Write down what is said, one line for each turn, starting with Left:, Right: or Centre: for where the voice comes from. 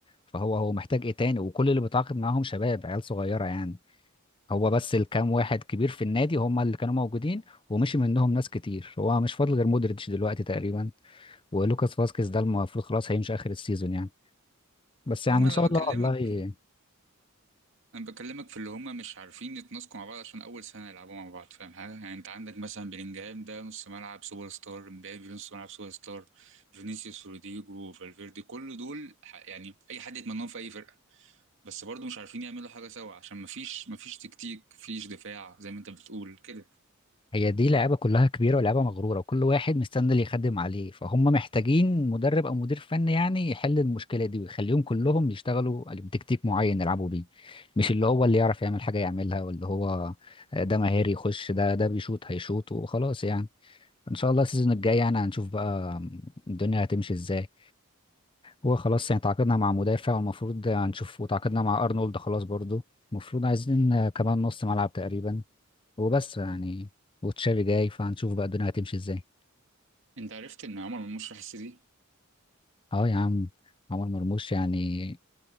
Left: فهو هو محتاج ايه تاني وكل اللي بيتعاقد معاهم شباب عيال صغيره يعني هو بس الكام واحد كبير في النادي هم اللي كانوا موجودين ومشي منهم ناس كتير هو مش فاضل غير مودريتش دلوقتي تقريبا ولوكاس فاسكيز ده المفروض خلاص هيمشي اخر السيزون يعني بس يعني
Right: اه ما
Left: ان
Right: انا
Left: شاء
Right: بكلمك
Left: الله والله
Right: انا بكلمك في اللي هم مش عارفين يتناسقوا مع بعض عشان اول سنه يلعبوا مع بعض فاهم حاجه يعني انت عندك مثلا بلينجهام ده نص ملعب سوبر ستار امبابي نص ملعب سوبر ستار فينيسيوس روديجو فالفيردي كل دول ح- يعني اي حد يتمناهم في اي فرقه بس برضه مش عارفين يعملوا حاجه سوا عشان مفيش مفيش تكتيك مفيش دفاع زي ما انت بتقول كده
Left: هي دي لعيبه كلها كبيره ولعيبه مغروره وكل واحد مستني اللي يخدم عليه فهم محتاجين مدرب او مدير فني يعني يحل المشكله دي ويخليهم كلهم يشتغلوا بتكتيك معين يلعبوا بيه مش اللي هو اللي يعرف يعمل حاجه يعملها واللي هو ده مهاري يخش ده ده بيشوط هيشوط وخلاص يعني ان شاء الله السيزون الجاي يعني هنشوف بقى الدنيا هتمشي ازاي هو خلاص يعني تعاقدنا مع مدافع والمفروض هنشوف وتعاقدنا مع ارنولد خلاص برضو المفروض عايزين كمان نص ملعب تقريبا وبس يعني وتشافي جاي فهنشوف بقى الدنيا هتمشي ازاي
Right: انت عرفت ان عمر مرموش راح السيتي
Left: اه يا عم عمر مرموش يعني